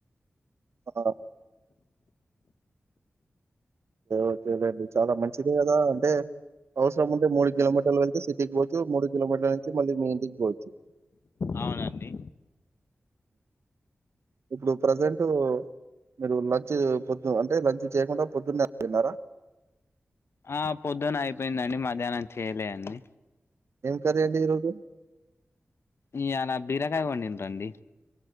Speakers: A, on the right; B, on the left.
A: ఆ ఓకే లేండి చాలా మంచిదే కదా అంటే అవసరం ఉంటే మూడు కిలోమీటర్లు వెళ్తే సిటీకి పోవచ్చు మూడు కిలోమీటర్లు నుంచి మళ్ళీ మీ ఇంటికి పోవచ్చు
B: అవునండి
A: ఇప్పుడు ప్రజెంట్ మీరు లంచ్ పొద్దు అంటే లంచ్ చేయకుండా పొద్దున్నే తిన్నారా
B: ఆ పొద్దున అయిపోయిందండి మధ్యాహ్నం చెయలేండి
A: ఏం కర్రీ అండి ఈ రోజు
B: ఇయాల బీరకాయ వండిరు అండి